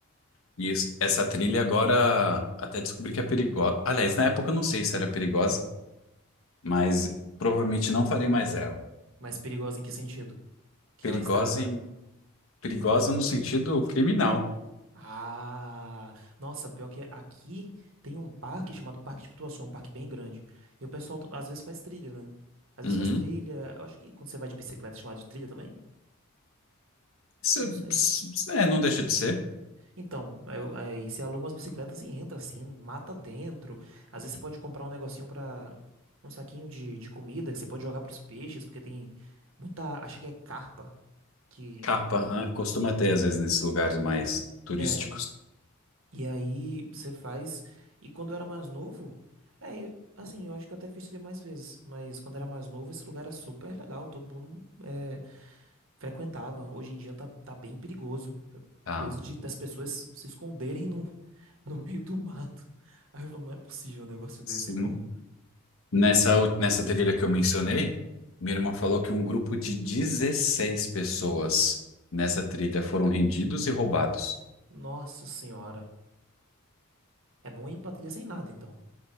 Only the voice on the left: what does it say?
isso- essa trilha agora até descobri que é perigosa. Aliás, na época eu não sei se era perigosa, mas provavelmente não farei mais ela.
Perigosa,
e- perigosa no sentido criminal.
Uhum.
Isso,
isso- é, não deixa de ser.
Carpa, ah, costuma ter às vezes nesses lugares mais turísticos.
Tá.
Sim.
Nessa, ú- nessa trilha que eu mencionei, minha irmã falou que um grupo de 16 pessoas nessa trilha foram rendidos e roubados.